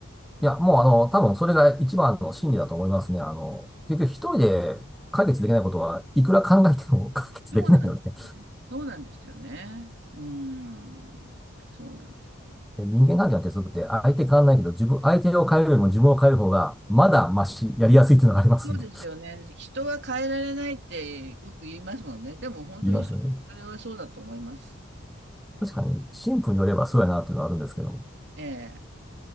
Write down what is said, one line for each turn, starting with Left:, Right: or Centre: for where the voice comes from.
Centre: いや、もうあの、多分それが一番の真理だと思いますね。あの、結局一人で解決できないことはいくら考えても <laughs> 解決できないので、
Right: そうなんですね。そうなんですよね。うん。そうなんですよ。
Centre: 人間関係の鉄則って相手変わんないけど、自分、相手を変えるよりも自分を変える方がまだマシ、やりやすいっていうのがありますんで、
Right: そうですよね。人は変えられないってよく言いますもんね。でも本当にそそれはそうだと思います。
Centre: <laughs> 言いますよね。確かに、神父によればそうやなっていうのはあるんですけども、
Right: ええ。